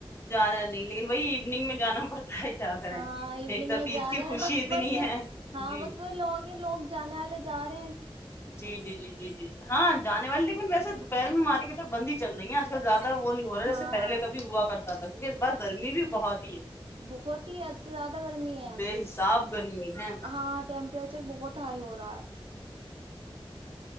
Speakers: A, on the left; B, on the right.
A: جانا نہیں لیکن وہی ایوننگ میں جانا پڑتا ہے کیا کریں
B: ہاں ایوننگ
A: ایک طرف
B: میں
A: عید
B: جا
A: کی
B: رہے
A: خوشی
B: ہیں بس
A: اتنی
B: وہی ہے ہاں
A: جی
B: بس وہی لوگ ہی لوگ جانے والے چاریں
A: جی جی جی جی جی ہاں جان والے لیکن ویسے دوپہر میں مارکیٹیں بند ہی چل رہی ہیں آج کل زیادہ وہ نہیں ہو رہا جیسے
B: ہاں
A: پہل کبھی ہوا کرتا تھا کیونک اس بار گرمی بھی بہت ہی ہے
B: بہت ہی اچ زیادہ گرمی ہے
A: بے حساب گرمی ہے
B: ہاں ٹیمپریچر چر بہت ہائی ہو رہا ہے